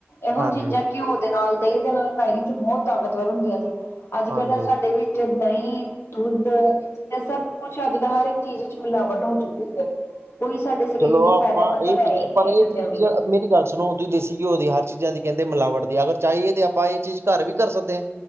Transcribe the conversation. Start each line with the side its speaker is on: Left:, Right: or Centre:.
Left: ਇਹੋ
Right: ਹਾਂਜੀ
Left: ਚੀਜ਼ਾਂ ਘਿਓ ਦੇ ਨਾਲ ਦਹੀਂ ਦੇ ਨਾਲ ਖਾਈ ਦੀਆਂ ਸੀ ਤੇ ਬਹੁਤ ਤਾਕਤਵਰ ਹੁੰਦੀਆਂ ਸੀ। ਅੱਜ ਕੱਲ
Right: ਹਾਂਜੀ
Left: ਸਾਡੇ ਵਿ ਜੋ ਦਈਂ ਦੁੱਧ ਐ ਚੀਜ਼ਾਂ ਸਭ ਕੁਛ ਅੱਜ ਕੱਲ੍ਹ ਹਰ ਇੱਕ ਚੀਜ਼ ਵਿੱਚ ਮਿਲਾਵਟ ਹੋ ਚੁੱਕੀ ਐ ਕੋਈ ਸਾਡੇ ਸਰੀਰ
Right: ਚਲੋ
Left: ਲਈ
Right: ਆਪਾਂ
Left: ਫਾਇਦੇਮੰਦ
Right: ਏ
Left: ਹੈ
Right: ਚੀਜ਼
Left: ਹੀ ਨਹੀਂ
Right: ਪਰ
Left: ਇਹ
Right: ਏ
Left: ਚੀਜ਼ਾਂ
Right: ਚੀਜ਼
Left: ਵੀ
Right: ਮੇਰੀ ਗੱਲ ਸੁਣੋ। ਸੀਂ ਦੇਸੀ ਘਿਓ ਦੀ ਹਰ ਚੀਜ਼ਾਂ ਦੀ ਕੈਂਦੇ ਮਿਲਾਵਟ ਦੀ ਅਗਰ ਚਾਈਏ ਤੇ ਆਪਾਂ ਏ ਚੀਜ਼ ਘਰ ਵੀ ਕਰ ਸਕਦੇ ਆਂ।